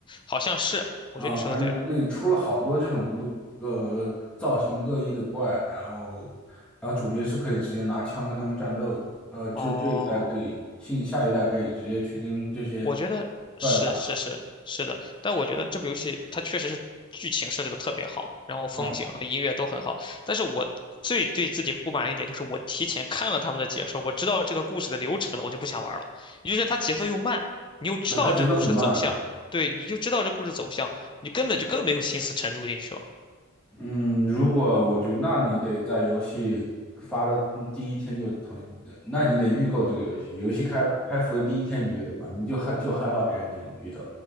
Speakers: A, on the left; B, in the centre.
A: 好像是，我觉得你说的对。
B: 啊，反正那出了好多这种路，呃，造型各异的怪，然后，然后主角是可以直接拿枪跟他们战斗的，呃，这这一代可以，
A: 哦，
B: 新下一代可以直接去跟这些
A: 我觉得是是是是的，
B: 怪打
A: 但我觉得这部游戏它确实是剧情设计的特别好，然后风景和音乐都很好。
B: 啊，
A: 但是我最对自己不满一点就是我提前看了他们的解说，我知道这个故事的流程了，我就不想玩了。也就是它节奏又慢，你又知道这故事的走向，
B: 那它节奏很慢，对，
A: 对，你就知道这故事走向，你根本就更没有心思沉住进去了。
B: 嗯，如果我觉得，那你得在游戏发的第一天就腾，那你得预购这个游戏，游戏开开服的第一天你就得玩，你就害就害怕别人给你剧透